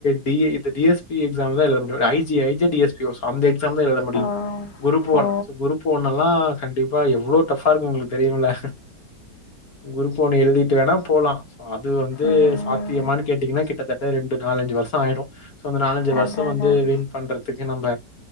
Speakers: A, on the left; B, on the left.
A: பி ஏ இது டி எஸ் பி எக்ஸாம் தா எழுத முடியு ஐ ஜி ஐ ஜி ஆ டி எஸ் பியோஸ் அந்த எக்ஸாம் தா எழுத முடியு
B: ஓ.
A: குரூப்
B: ஓ.
A: ஒன் ச குரூப் ஒன்னல்லா கண்ட் டிப்பா எவ்வளோ டஃப்பாருக்கு உங்களுக்கு தெரியூல குரூப் ஒன் எழுதிட்டு வேணா போலா அது வந்து
B: ம்.
A: சாத்தியமானு கேட்டீங்கனா கிட்டத்தட்ட ரெண்டு நாலஞ்சு வருஷோ ஆயிரு சோ அந்த நாலஞ்சி வருஷோ
B: அதான்,
A: வந்து
B: அதான்.
A: வீண் பண்றதுக்கு நம்ப